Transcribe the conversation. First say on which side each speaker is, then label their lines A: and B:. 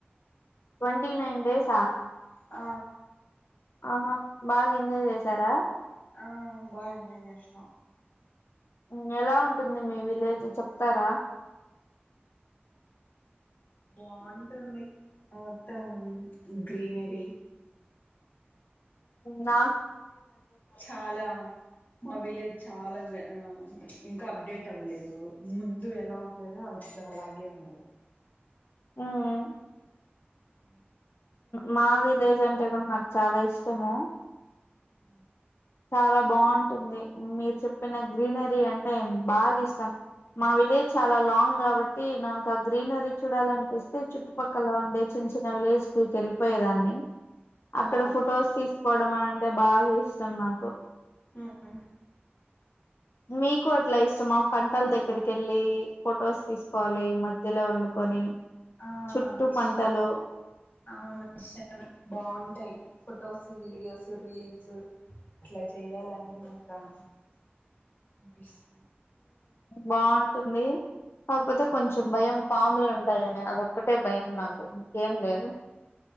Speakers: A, on the left; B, on the left.
A: twenty nine డేసా
B: ఆ
A: ఆహా బాగా ఎంజాయ్ చేసారా
B: ఆ బాగా ఎంజాయ్ చేసినాం
A: మ్ ఎలా ఉంటుంది మీ విలేజు చెప్తారా
B: బాగుంటుంది మొత్తం గ్రీనరీ
A: నా
B: చాలా మా విలేజ్ చాలా ఆ ఇంకా అప్డేట్ అవ్వలేదు ముందు ఎలా ఉండదో అ ఇప్పుడు అలాగే ఉంది
A: ఉమ్
B: హ
A: మా విలేజ్ అంటే కూడా నాకు చాలా ఇష్టము
B: అఓ
A: చాలా బాగుంటుంది మీరు చెప్పిన గ్రీనరీ అంటే బాగా ఇష్టం మా విలేజ్ చాలా లాంగ్ కాబట్టి నాకు ఆ గ్రీనరీ చూడాలనిపిస్తే చుట్టుపక్కల ఉండే చిన్న చిన్న విలేజ్ లకి వెళ్ళిపోయేదాన్ని అక్కడ
B: ఆ
A: ఫొటోస్ తీసుకోవడం అంటే బాగా ఇష్ట తునా కా
B: ఆ
A: మీకు అట్లా ఇష్టమా పంటల దగ్గరికి వెళ్ళి ఫొటోస్ తీసుకోవాలి మధ్యలో వండుకొని
B: ఆ
A: చుట్టూ
B: ఇ
A: పంటలు
B: అవును ఇష్ట బాగుంటాయి ఫొటోస్ వీడియోస్ రీల్స్ అట్లా చెయాలని ఒకం ఆషా
A: బాగుంటుంది కాకపోతే కొంచెం భయం పాములు ఉంటాయని అదొక్కటే భయం నాకు ఇంకేం లేదు